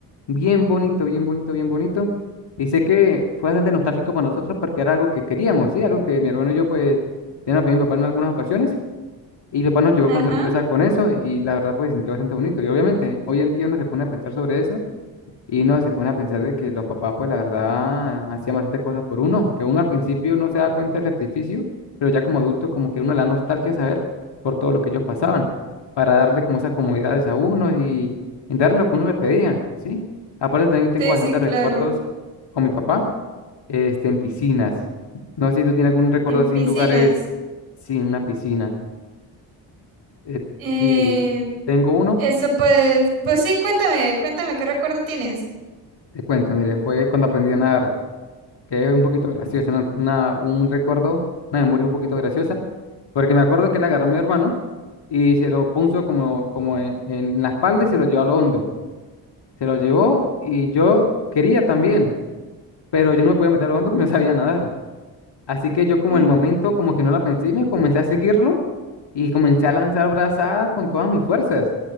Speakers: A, on the left; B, on the right.
A: bien bonito, bien bonito, bien bonito. Y sé que fue bastante nostálgico para nosotros porque era algo que queríamos, ¿sí? Algo que mi hermano y yo, pues, le a pedir a mi papá en algunas ocasiones. Y mi papá nos llegó
B: ajá.
A: con sorpresa con eso y la verdad pues se sintió bastante bonito. Y obviamente hoy en día uno se pone a pensar sobre eso y uno se pone a pensar de que los papás pues la verdad hacían bastantes cosas por uno, que uno al principio no se da cuenta del sacrificio, pero ya como adulto como que uno la nostalgia saber por todo lo que ellos pasaban, para darle como esas comodidades a uno y, y darle lo que uno le pedía, ¿sí? Aparte también tengo
B: Sí,
A: bastantes
B: sí, claro.
A: recuerdos con mi papá, este, en piscinas. No sé si tú tienes algún recuerdo
B: En
A: así
B: piscinas.
A: en lugares sin una piscina. Eh,
B: Eh,
A: si tengo uno,
B: eso pues, pues sí, cuéntame, cuéntame, ¿qué recuerdo tienes?
A: te cuento, mire, fue cuando aprendí a nadar, que es un poquito gracioso, una, una- un recuerdo, una memoria un poquito graciosa, porque me acuerdo que le agarró a mi hermano y se lo puso como, como en, en la espalda y se lo llevó a lo hondo. Se lo llevó y yo quería también, pero yo no me podía meter a lo hondo <laughs> porque no sabía nadar. Así que yo como
B: Mm.
A: en el momento como que no la pensé y me comencé a seguirlo y comencé a lanzar brazadas con todas mis fuerzas.